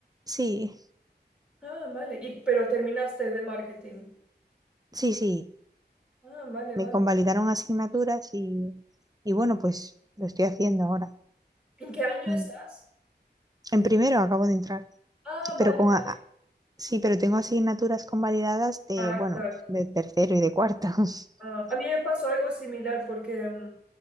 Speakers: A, on the right (about 20°); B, in the centre.
A: Sí,
B: Ah, vale. Y, pero terminaste de marketing.
A: sí, sí.
B: Ah, vale, vale.
A: Me convalidaron asignaturas y, y bueno, pues lo estoy haciendo ahora.
B: ¿En qué año
A: Mm.
B: estás?
A: En primero acabo de entrar,
B: Ah, vale,
A: pero con...
B: vale.
A: a- a- Sí, pero tengo asignaturas convalidadas de,
B: Ah,
A: bueno,
B: claro.
A: de tercero y de cuarto. <laughs>
B: Ah, a mí me pasó algo similar porque mm,